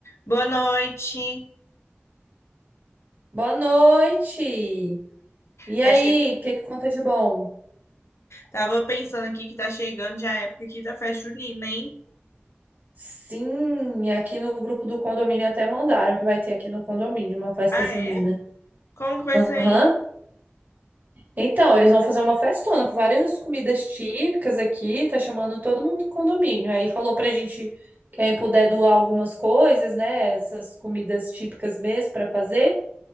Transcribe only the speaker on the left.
Boa noite.
Tá
che...
Tava pensando aqui que tá chegando já a época aqui da festa junina, hein?
Ah,
é? Como que vai ser
aí?